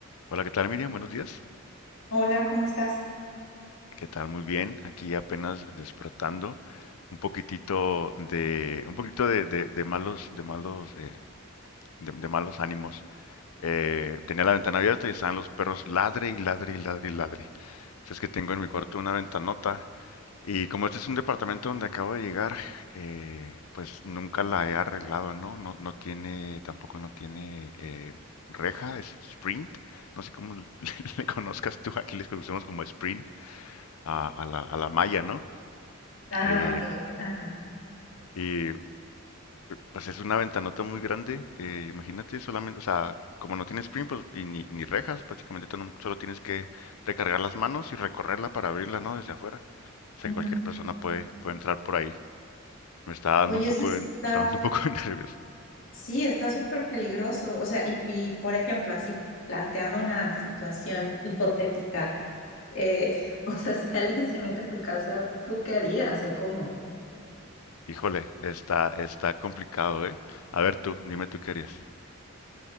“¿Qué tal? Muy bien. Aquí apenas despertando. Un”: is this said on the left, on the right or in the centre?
Left